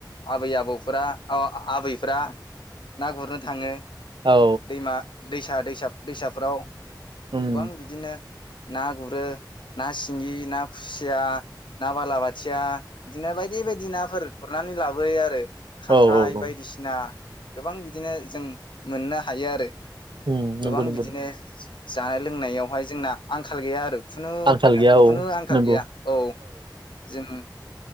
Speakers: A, on the left; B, on the right.
A: आबै आबौफोरा आबै फ्रा ना गुरनो थाङो
B: औ
A: दैमा दैसा दैसा दैसाफ्राव
B: उम
A: गोबां बिदिनो ना गुरो ना सिंगि ना खुसिया ना बालाबाथिया बिदिनो बायदि बायदि नाफोर गुरनानै लाबोयो आरो खांख्राइ
B: औ औ औ
A: बायदिसिना गोबां बिदिनो जों मोनोना हायो आरो
B: उम
A: गोबां
B: नंगौ नंगौ
A: बिदिनो जानाय लोंनायावहाय जोंना आंखाल गैया आरो खुनु
B: आंखाल
A: खोथा
B: गैया औ
A: खुनु आंखाल
B: नंगौ
A: गैया औ जों